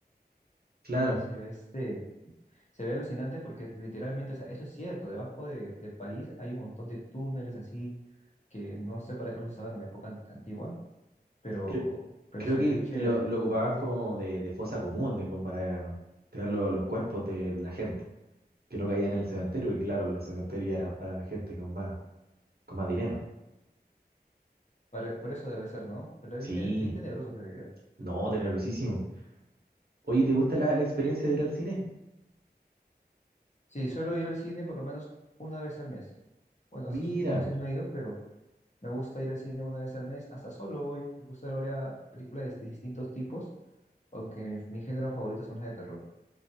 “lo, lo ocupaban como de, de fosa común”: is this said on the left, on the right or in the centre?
Right